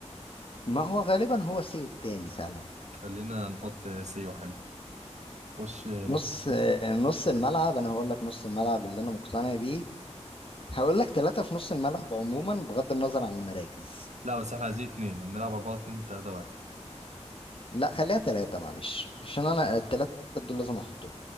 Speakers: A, on the left (about 50°); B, on the right (about 75°).
A: ما هو غالبا هو سيو التاني فعلا
B: <laughs> خلينا نحط سيو حلو خش نخش
A: نص نص الملعب انا هقول لك نص الملعب اللي انا مقتنع بيه هقول لك ثلاثة في نص الملعب عموما بغض النظر عن المراكز
B: لا بس احنا عايزين اتنين هنلعب أربعة اتنين تلاتة واحد
A: لا خليها ثلاثة معلش عشان انا الثلاثة دول لازم احطهم